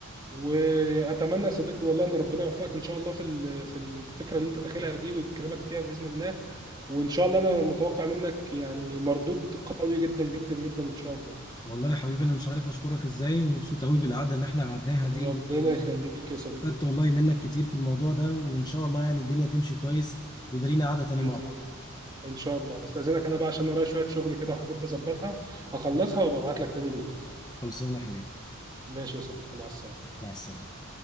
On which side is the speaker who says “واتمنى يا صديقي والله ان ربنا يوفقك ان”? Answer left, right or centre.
Right